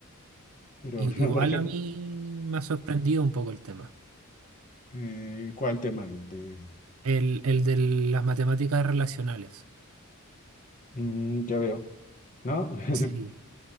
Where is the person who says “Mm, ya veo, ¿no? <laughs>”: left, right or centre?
Left